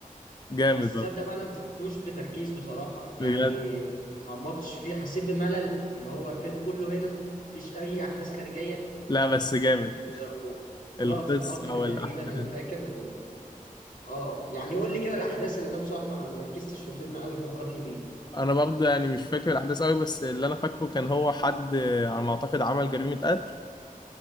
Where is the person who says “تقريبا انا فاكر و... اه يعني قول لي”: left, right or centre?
Left